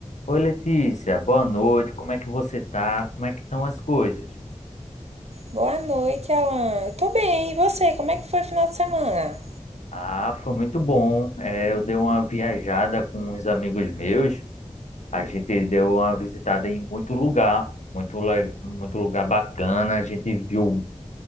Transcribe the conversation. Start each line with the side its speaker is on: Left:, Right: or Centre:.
Left: Oi, Letícia, boa noite. Como é que você tá? Como é que estão as coisas?
Right: Boa noite, Alan. Eu tô bem. E você? Como é que foi o final de semana?
Left: Ah, foi muito bom. É, eu dei uma viajada com uns amigos meus. A gente deu uma visitada em muito lugar, muito, le- muito lugar bacana. A gente viu,